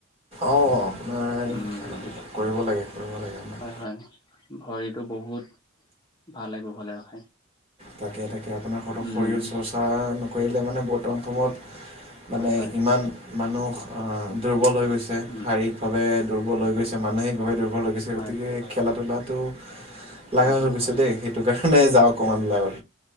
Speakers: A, on the right; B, on the left.
A: অঁ আপোনাৰ
B: উম
A: খেলা ধূলা কৰিব লাগে কৰিব লাগে মানে
B: হয় হয় ভৰিটো বহুত ভালে কুশলে ৰাখে।
A: তাকে তাকে এতিয়া আপোনাৰ
B: উম
A: শৰীৰ চৰ্চা নকৰিলে মানে বৰ্তমান সময়ত মানে
B: হয় হয়
A: ইমান মানুহ অ দূ- ৰ্বল হৈ গৈছে
B: উম
A: শাৰীৰিকভাৱে দূ- ৰ্বল হৈ গৈছে মানসিক ভাবে দূ- ৰ্বল হৈ গৈছে,
B: হয়
A: গতিকে খেলা- ধূলাটো
B: হয়
A: লগা হৈ গৈছে দেই সেইটো কাৰণে যাওঁক অকমান ওলাই গ'ল